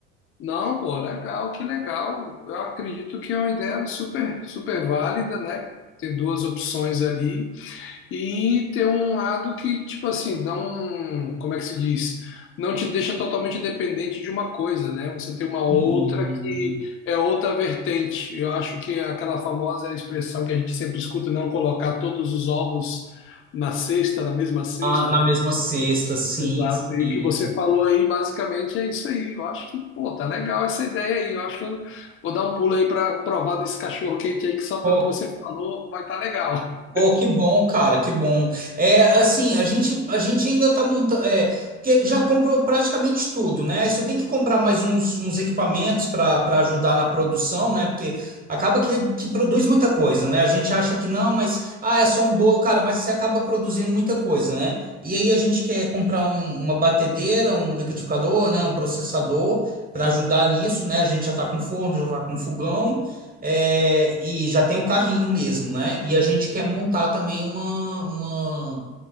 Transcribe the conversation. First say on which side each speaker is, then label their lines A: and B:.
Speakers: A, on the left; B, on the right.
A: Não, pô, legal, que legal. Eu acredito que é uma ideia super, super válida, né? Ter duas opções ali. E tem um lado que, tipo assim, não, como é que se diz? Não te deixa totalmente dependente de uma coisa, né? Você tem uma outra
B: Sim.
A: que é outra vertente. Eu acho que é aquela famosa expressão que a gente sempre escuta, não colocar todos os ovos na cesta, na mesma cesta,
B: Ah, na
A: né?
B: mesma sexta, sim,
A: Exato.
B: sim.
A: E o que você falou aí, basicamente, é isso aí. Eu acho que, pô, tá legal essa ideia aí. Eu acho que eu vou dar um pulo aí para provar desse cachorro quente aí, que só
B: Pô,
A: pelo que você falou vai estar tá legal. <laughs>
B: Oh, que bom, cara, que bom. É, assim, a gente, a gente ainda tá montando, é, porque já comprou praticamente tudo, né? Só tem que comprar mais uns, uns equipamentos para para ajudar na produção, né? Porque acaba que, que produz muita coisa, né? A gente acha que não, mas, ah, é só um bolo, cara, mas você acaba produzindo muita coisa, né? E aí a gente quer comprar um- uma batedeira, um liquidificador, né? Um processador para ajudar nisso, né? A gente já tá com forno, já tá com fogão. É, e já tem o carrinho mesmo, né? E a gente quer montar também uma, uma,